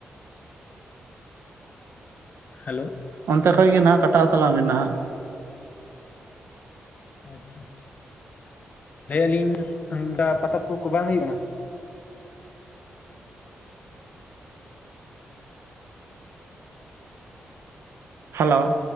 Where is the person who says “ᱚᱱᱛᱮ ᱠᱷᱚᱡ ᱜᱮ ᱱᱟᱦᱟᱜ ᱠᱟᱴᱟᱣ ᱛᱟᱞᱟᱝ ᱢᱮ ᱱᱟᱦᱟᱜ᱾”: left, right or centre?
Right